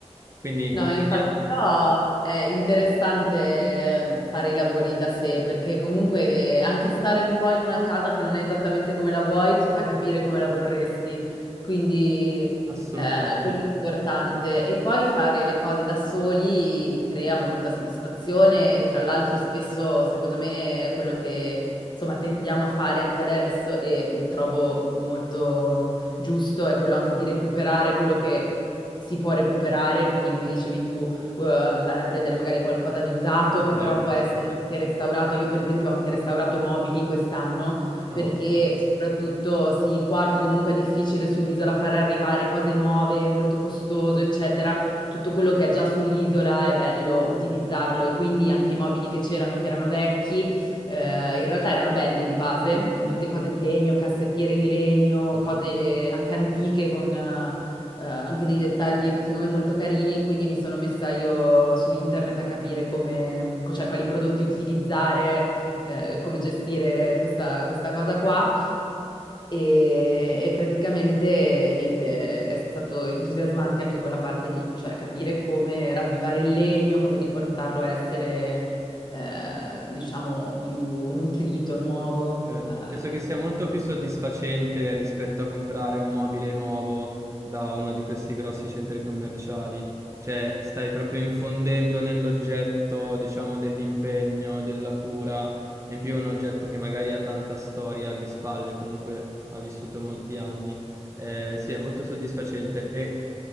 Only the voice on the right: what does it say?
Quindi in
compagnia
assolutamente.
Esatto,
sì, sì.
Ah,
boh,
immagino.
Certo,
penso che sia molto
più soddisfacente rispetto a comprare un mobile nuovo da uno di questi grossi centri commerciali, cioè stai proprio infondendo nell'oggetto, diciamo, dell'impegno, della cura, e in più un oggetto che magari ha tanta storia alle spalle, comunque ha vissuto molti anni. Eh, sì, è molto soddisfacente. E